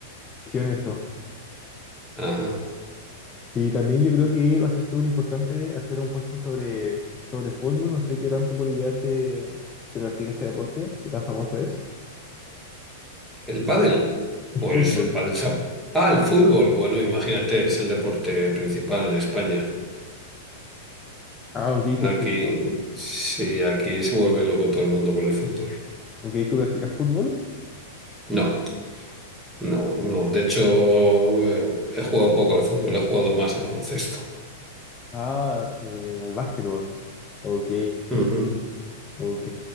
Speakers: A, on the left; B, in the centre.
A: Sí, en eso.
B: Ajá.
A: Y también yo creo que va a ser súper importante hacer un puesto sobre, sobre fútbol. No sé qué tanto por allá se, se practica ese deporte, qué tan famoso es.
B: El pádel.
A: El
B: Pues
A: fútbol.
B: el pádel se ha- Ah, el fútbol. Bueno, imagínate, es el deporte principal en España.
A: Ah, ok,
B: Aquí,
A: perfecto.
B: sí, aquí se vuelve loco todo el mundo con el fútbol.
A: Ok, ¿tú practicas fútbol?
B: No, no, no. De hecho, eh, he jugado poco al fútbol, he jugado más al baloncesto.
A: Ah, eh, al básquetbol. Ok,
B: Ujú.
A: ok.